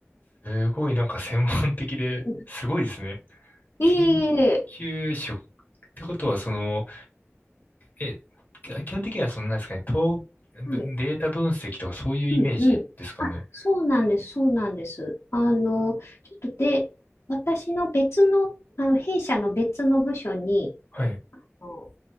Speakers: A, on the left; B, on the left.
A: すごいなんか専門的で、
B: うん
A: すごいですね。
B: いえいえいえ。
A: 研究職ってことは、その、え、基本的にはそのなんですかね、統、
B: はい
A: ぶデータ分析とかそういうイメージですかね。
B: うんうん。あ、そうなんです、そうなんです。あの、ちょっとで、私の別の、あの、弊社の別の部署に、
A: はい、
B: あの